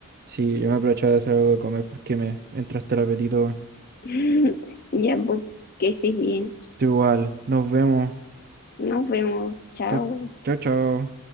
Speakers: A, on the right; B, on the left.
A: Sí, yo me aprovechaba de hacer algo de comer porque me entraste el apetito.
B: <laughs> Ya, pues, que estés bien.
A: Tú igual, nos vemos.
B: Nos vemos. Chao.
A: Chao, chao, chao.